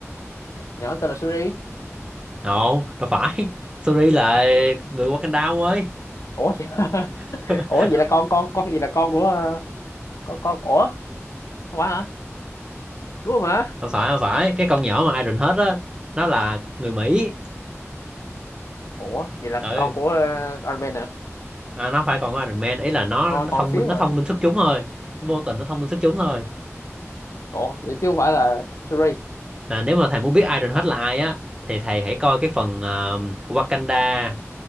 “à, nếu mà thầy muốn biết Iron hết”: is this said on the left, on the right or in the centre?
Right